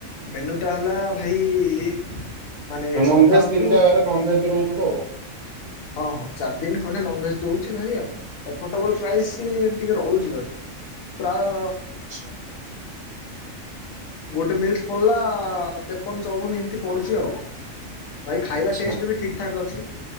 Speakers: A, on the left (about 80°); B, on the right (about 45°).
A: ମେନୁ ଟା ହେଲା ଭାଇ ମାନେ
B: ଆ ନନଭେଜ୍
A: ସପ୍ତାହକୁ
B: ତିନିଟା ବାର ନନଭେଜ୍ ରହୁଥିବ ଆଉ।
A: ହଁ ହଁ ଚାର୍ ଦିନ୍ ଖଣ୍ଡେ ନନଭେଜ୍ ଦଉ ଛି ଭାଇ ଆଉ ଏପଟବଲ୍ ପ୍ରାଇଜ୍ ସେ ଟିକେ ରହୁଛି ଭାଇ ପ୍ରାୟ
B: ଆଚ୍ଛା।
A: ଗୋଟେ ମିଲ୍ସ ପଡି଼ଲା ତେପନ୍ ଚଉବନ୍ ଏମିତି ପଡ଼ୁଛି ଆଉ। ଭାଇ ଖାଇବା
B: ଆଚ୍ଛା
A: ଟେଷ୍ଟ ବି ଠିକ୍ ଠାକ୍ ଅଛି